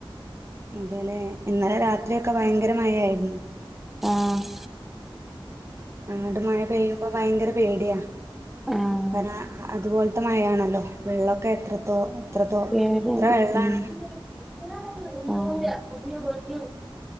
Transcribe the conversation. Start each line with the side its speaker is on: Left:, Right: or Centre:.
Right: എന്താലേ ഇന്നലെ രാത്രിഒക്കെ ഭയങ്കര മഴ ആയിരുന്നു
Centre: ആഹ്
Right: അങ്ങട്ട് മഴ പെയ്യുമ്പോ ഭയങ്കര പേടിയാ
Centre: ആഹ്
Right: കാരണം അതുപോൽ ക്തമായയാണല്ലോ വെള്ളൊക്കെ എത്രത്തോ എത്രത്തോ
Centre: ഏഴാണ്
Right: എത്ര വെള്ളാണ്
Centre: ഉം <unintelligible>